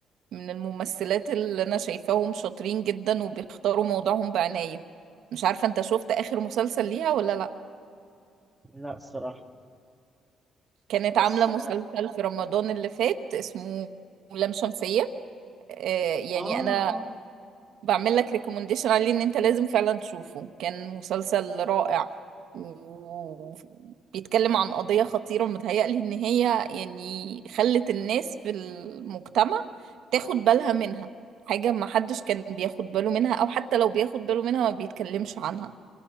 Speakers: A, on the right; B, in the centre.
A: من الممثلات اللي انا شايفاهم شاطرين جدا وبيختاروا موضوعهم بعناية مش عارفة انت شفت اخر مسلسل ليها ولا لا
B: لا الصراحة
A: كانت
B: بس
A: عاملة مسلسل
B: آه
A: في رمضان اللي فات اسمه لام شمسية آه، يعني
B: آه
A: انا بعمل لك ريكومنديشن عليه ان انت لازم فعلا تشوفه كان مسلسل رائع وبيتكلم عن قضية خطيرة متهيألي ان هي يعني خلت الناس في المجتمع تاخد بالها منها حاجة ما حدش كان بياخد باله منها او حتى لو بياخد باله منها ما بيتكلمش عنها